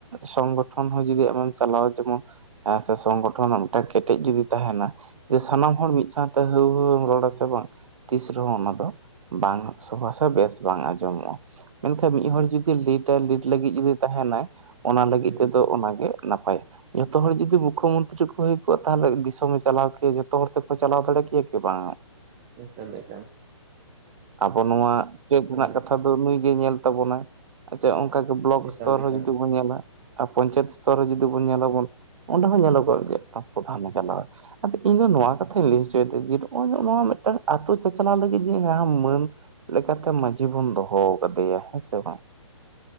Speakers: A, on the right; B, on the right.
A: ᱥᱚᱝᱜᱚᱴᱷᱚᱱ ᱦᱚᱸ ᱡᱚᱫᱤ ᱟᱢᱮᱢ ᱪᱟᱞᱟᱣᱟ ᱡᱮᱢᱚᱱ ᱥᱟᱸᱥ ᱥᱚᱝᱜᱚᱴᱷᱚᱱ ᱨᱮᱱᱟᱜ ᱢᱤᱫ ᱴᱟᱝ ᱠᱮᱴᱮᱡ ᱡᱩᱫᱤ ᱛᱟᱦᱮᱱᱟ ᱡᱮ ᱥᱟᱱᱟᱢ ᱦᱚᱲ ᱢᱤᱫ ᱥᱟᱶᱛᱮ ᱦᱟᱹᱣᱩᱦᱟᱹᱢ ᱨᱚᱲᱟ ᱥᱮᱮ ᱵᱟᱝ ᱛᱤᱥ ᱨᱮᱦᱚᱸ ᱚᱱᱟ ᱫᱚ ᱵᱟᱝ ᱥᱚᱵᱷᱟᱥ ᱵᱮᱥ ᱵᱟᱝ ᱟᱸᱡᱚᱢᱚᱜᱼᱟ᱾ ᱢᱮᱱᱠᱷᱟᱱ ᱢᱤᱫ ᱦᱚᱲ ᱡᱩᱚᱫᱤ ᱞᱤᱴᱟᱭ ᱞᱤᱴ ᱞᱟᱹᱜᱤᱫ ᱡᱩᱫᱤ ᱛᱟᱦᱮᱱᱟᱭ ᱚᱱᱟ ᱞᱟᱹᱜᱤᱫ
B: ᱦᱮᱸ
A: ᱛᱮᱫᱚ ᱚᱱᱟᱜ ᱜᱮ ᱱᱟᱯᱟᱭᱟ ᱡᱚᱛᱚ ᱦᱚᱲ ᱡᱩᱫᱤ ᱵ ᱢᱩᱠᱠᱷᱚ ᱢᱚᱱᱛᱨᱤ ᱠᱚ ᱦᱩᱭ ᱠᱚᱜᱼᱟ ᱛᱟᱦᱚᱞᱮ ᱫᱤᱥᱚᱢᱮ ᱪᱟᱞᱟᱣ ᱠᱮᱭᱟ ᱡᱚᱛᱚ ᱦᱚᱲ ᱛᱮᱠᱚ ᱪᱟᱞᱟᱣ ᱫᱟᱲᱮ ᱠᱮᱭᱟ ᱠᱤ ᱵᱟᱝ
B: ᱪᱮ ᱠᱟᱱ
A: ᱟᱵᱚ ᱱᱚᱣᱟ ᱪᱮᱫ ᱨᱮᱱᱟᱜ
B: ᱦᱮᱸ
A: ᱠᱟᱛᱷᱟ ᱫᱚ ᱱᱩᱭ ᱜᱮ ᱧᱮᱞ ᱛᱟᱵᱚᱱᱟ ᱟᱪᱪᱷᱟ ᱚᱱᱠᱟᱜᱮ ᱵᱞᱚᱠ
B: ᱮᱠᱟᱞ
A: ᱥᱛᱚᱨ ᱦᱚᱸ
B: ᱮᱠᱟᱞ
A: ᱡᱩᱫᱤ ᱵᱚᱱ ᱧᱮᱞᱟ ᱟᱨ ᱯᱚᱧᱪᱟᱭᱮᱛ ᱥᱛᱚᱨ ᱨᱮ ᱡᱩᱫᱤ ᱵᱚᱱ ᱧᱮᱞᱟᱵᱚᱱ ᱚᱸᱰᱮ ᱦᱚᱸ ᱧᱮᱞᱚᱜᱚᱜ ᱜᱮᱴ ᱯᱨᱚᱫᱷᱟᱱᱮ ᱪᱟᱞᱟᱜᱼᱟ ᱟᱫᱚ ᱤᱧ ᱫᱚ ᱱᱚᱣᱟ ᱠᱟᱛᱷᱟᱧ ᱞᱟᱹᱭ ᱦᱚᱪᱚᱭᱮᱫᱟ ᱡᱮ ᱱᱚᱜᱚᱭ ᱱᱚᱣᱟ ᱢᱤᱫᱴᱟᱝ ᱟᱛᱳ ᱪᱟᱪᱞᱟᱣ ᱞᱟᱹᱜᱤᱫ ᱢᱟᱹᱱ ᱞᱮᱠᱟᱛᱮ ᱢᱺᱡᱷᱤ ᱵᱚᱱ ᱫᱚᱦᱚ ᱠᱟᱫᱮᱭᱟ ᱦᱮᱸ ᱥᱮ ᱵᱟᱝ